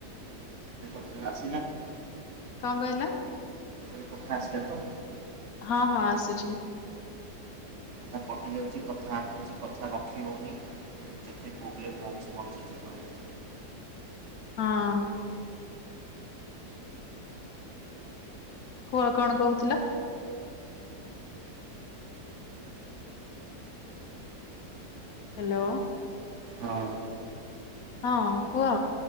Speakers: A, on the right (about 50°); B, on the left (about 60°).
A: ଆସିନାହାନ୍ତି?
B: କଣ କହିଲ?
A: ଲୋକ ଆସିଲେ ତ?
B: ହଁ ହଁ ଆସୁଛି।
A: ଥା କଟି ଯାଉଛି କଥା ଆସୁଛି କଥା ରଖି ହଉନି। କେତେ ପ୍ରୋବ୍ଲେମ ହଉଛି ମୋ ଜୀବନରେ।
B: ହଁ। କୁହ କଣ କହୁଥିଲ? ହାଲୋ।
A: ହଁ।
B: ହଁ କୁହ?